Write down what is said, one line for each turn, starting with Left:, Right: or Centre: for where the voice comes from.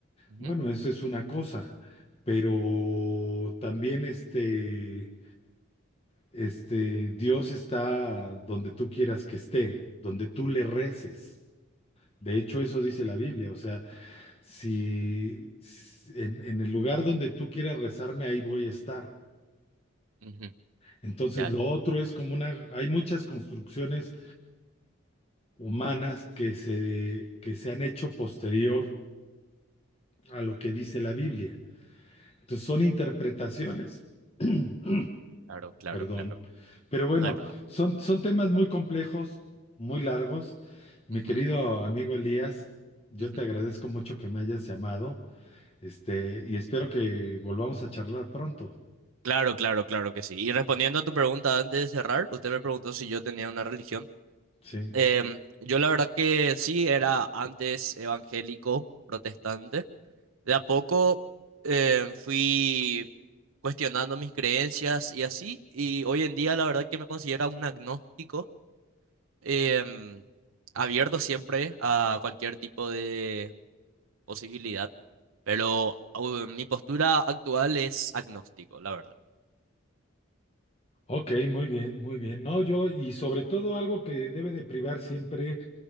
Right: Ujú,
Left: bueno, eso es una cosa, pero también este Este, Dios está donde tú quieras que esté, donde tú le reces. De hecho, eso dice la Biblia. O sea, si si- en, en el lugar donde tú quieras rezarme, ahí voy a estar.
Right: ujú.
Left: Entonces,
Right: Ya,
Left: lo otro es como una, hay muchas construcciones humanas que se, que se han hecho posterior a lo que dice la Biblia. Entonces, son interpretaciones. <clears throat>
Right: claro, claro,
Left: Perdón.
Right: claro.
Left: Pero bueno,
Right: No hay problema.
Left: son, son temas muy complejos, muy largos. Mi
Right: Ujú,
Left: querido amigo Elías, yo
Right: ujú.
Left: te agradezco mucho que me hayas llamado, este, y espero que volvamos a charlar pronto.
Right: Claro, claro, claro que sí. Y respondiendo a tu pregunta antes de cerrar, usted me preguntó si yo tenía una religión.
Left: Sí.
Right: Em, yo la verdad que sí, era antes evangélico, protestante. De a poco em, fui cuestionando mis creencias y así, y hoy en día la verdad que me considero un agnóstico, em, abierto siempre a cualquier tipo de posibilidad, pero au- mi postura actual es agnóstico, la verdad.
Left: Ok, muy bien, muy bien. No, yo, y sobre todo algo que debe de privar siempre